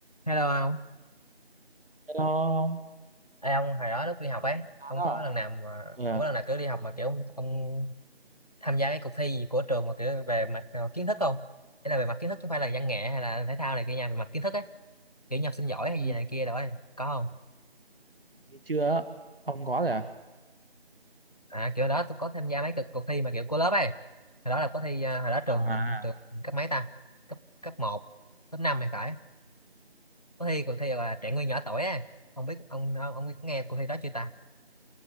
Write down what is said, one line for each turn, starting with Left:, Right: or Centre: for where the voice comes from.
Left: hello ông
Right: Hello ông
Left: Ê, ông hồi đó lúc đi học ấy
Right: À,
Left: ông
Right: đó
Left: có lần nào mà
Right: Ừ. à?
Left: ông có lần nào kiểu đi học mà kiểu ông, ông tham gia cái cuộc thi gì của trường mà kiểu về mặt ờ, kiến thức không Thế là về mặt kiến thức chứ không phải là văn nghệ hay là thể thao này kia nha về mặt kiến thức á kiểu nhập sinh giỏi hay
Right: ừ.
Left: gì này kia đó ấy. có không
Right: ừm, chưa á. ông có rồi à
Left: à kiểu đó tôi có tham gia mấy cuộc, cuộc thi mà kiểu của lớp ấy hồi đó là có thi ờ, hồi đó trường
Right: à
Left: trường cấp mấy ta cấp cấp một, cấp 5 thì phải có thi cuộc thi gọi là trẻ nguyên nhỏ tuổi ấy ông biết ông ông, ông biết nghe cuộc thi đó chưa ta